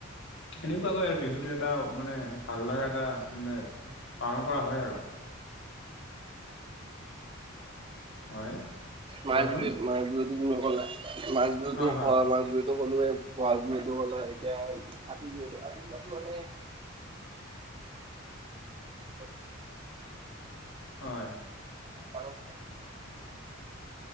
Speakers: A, on the left; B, on the right.
A: এনেকুৱাকৈ আৰু বিহুটো এটা মানে ভাল লগা এটা মানে পালন কৰা হয় আৰু। হয়
B: মাঘ
A: কোৱাচোন
B: বিহুত মাঘ বিহুতো তুমি ক'লা মাঘ বিহুতোও
A: হয় হয়
B: কোৱা মাঘ বিহুত। কলো বহাগ বিহুটো ক'লা এতিয়া কাটি বিহুতো কাতি বিহুটো মানে <unintelligible>
A: হয়।
B: পাৰো থাকি।